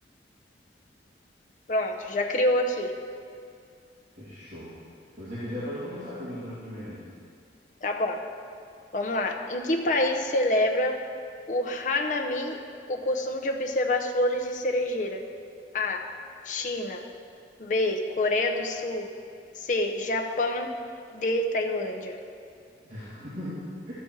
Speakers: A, on the left; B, on the right.
A: Pronto, já criou aqui.
B: fechou. Se você quiser, pode começar perguntando primeiro aí.
A: Tá bom. Vamos lá. Em que país celebra o Hanami o costume de observar as flores de cerejeira? A. China. B. Coreia do Sul. C. Japão. D. Tailândia.
B: <laughs>